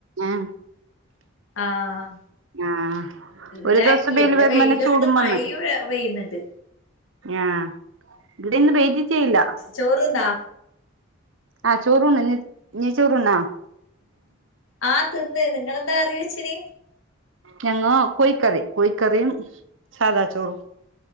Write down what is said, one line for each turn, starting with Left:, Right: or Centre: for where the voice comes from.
Right: ആഹ്
Left: ആഹ്
Right: ആഹ് ഒരു
Left: ഈടായിട്ടില്ല
Right: ദിവസം വെയില്
Left: ഇവിടെ
Right: വരുമ്പന്നെ
Left: വെയിലും
Right: ചൂടും
Left: ഉണ്ട് മഴ
Right: വന്ന്
Left: പെയ്യുന്നുണ്ട്
Right: ആഹ് ഇവിടെ ഇന്ന് പെയ്യ്തിട്ടേയില്ല
Left: ചോറുതിന്നാ
Right: ആ ചോറുണ്ട് നീ ചോറുതിന്നാ
Left: ആഹ് തിന്ന് നിങ്ങളന്താ കറി വെച്ചിനി
Right: ഞങ്ങള് കോഴിക്കറി കോഴിക്കറിയും സാദാ ചോറും